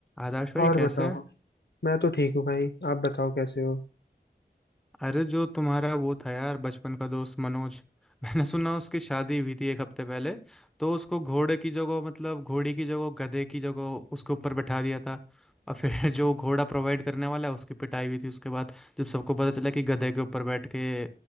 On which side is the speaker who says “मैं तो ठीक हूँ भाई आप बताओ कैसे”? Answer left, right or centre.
Left